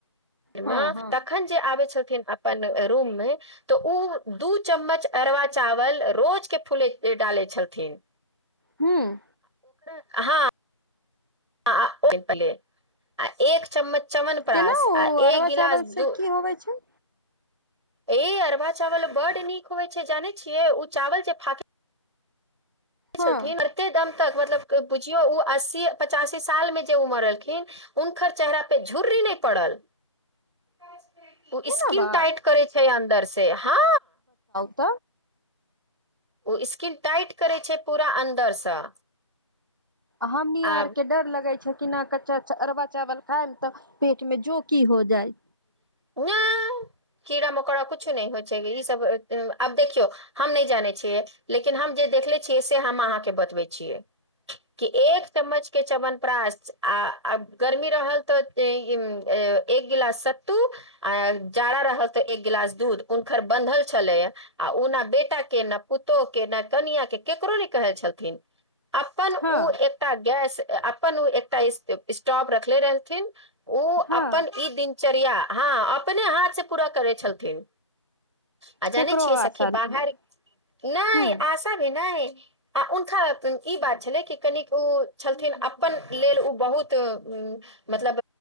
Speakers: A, on the right (about 60°); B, on the right (about 40°).
A: ओहिमे,
B: हँ हँ
A: तखैन जे आबै छल खिन अपन रूम मे, त ओ दू चम्मच अरवा चावल रोजके फुलै ले डालै छलखिन।
B: हुं।
A: हां। आ <unintelligible> आ एक चम्मच च्यवनप्राश
B: केना ओ
A: आ एक
B: अरबा
A: गिलास
B: चावल से
A: दू
B: की होबै छै?
A: ए अरबा चावल बड नीक होय छै जानै छियै उ चावल जे फाके छथिन
B: हँ
A: एत्ते दम तक मतलब बुझियौ उ अस्सी, पचासी साल मे जे उ मरलखिन उनखर चेहरा पे झुर्री नै पड़ल। आ
B: एना
A: उ स्किन
B: बात
A: टाइट करे छै अन दर्सेय हां।
B: त
A: ओ स्किन टाइट करै छै पूरा अन्दरसँ।
B: हमनी
A: आ
B: आर के डर लगै छै। कि ना कच्चा चा अरवा चावल खाएम ते पेट मे जोकी हो जाय
A: नै। कीड़ा-मकोड़ा कुछु नै होय छै, ई सब ए अ आब देखियौ हम नै जानै छियै, लेकिन हम जे देखले छियै से हम अहाँके बतबै छियै कि एक चम्मच के चवनप्रास आ आ गर्मी रहल तऽ ए इ ए एक गिलास स तू आ जाड़ा रहल तऽ एक गिलास दूध हुनकर बन्धल छलैया आ उ ना बेटा के ना पुतोह के ना कनिया के केकरो नै कहै छलखिन। अपन उ
B: हँ
A: एकटा गैस ते अपन उ एकटा स्टॉ स्टॉप रखले रहथिन। उ
B: हँ
A: अपन ई दिन चर्या हाँ अपने हाथ से पूरा करै छलथिन। आ
B: केकरो
A: जानै छियै
B: आशा
A: सखी बाहर
B: नहि
A: नै
B: हूँ
A: आशा भी नै। आ उनखा उम्म ई बात छलै कि कनिक उ छलथिन अपन लेल उ बहुत उम्म मतलब